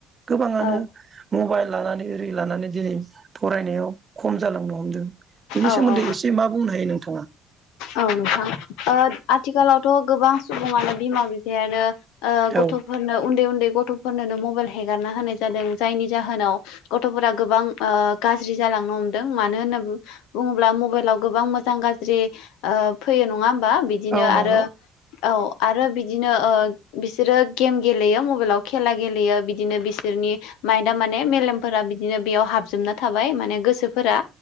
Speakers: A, on the right; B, on the left.
A: गोबाङानो
B: औ
A: मबाइल लानानै ओरै लानानै दिनै फरायनायाव खम जालांनो हमदों। बेनि
B: औ
A: सोमोन्दै
B: औ
A: एसे मा बुंनो हायो नोंथाङा
B: औ नोंथां आथिखालाव थ' गोबां सुबुङानो बिमा बिफायानो गथ'फोरनो
A: औ
B: उन्दै उन्दै गथ'फोरनोननो मबाइल हेगारना होनाय जादों जायनि जाहोनाव गथ'फोरा गोबां आ गाज्रि जालांनो हमदों मानो होनोब्ला बुङोब्ला मबाइलाव गोबां मोजां गाज्रि फैयो नङा बा बिदिनो
A: औ नंगौ
B: आरो औ आरो बिदिनो ओ बिसोरो गेम गेलेयो मबाइलाव खेला गेलेयो बिदिनो बिसोरनि माइन्दन्दा माने मेलेमफोरा बिदिनो बेयाव हाबजोबना थाबाय माने गोसोफोरा।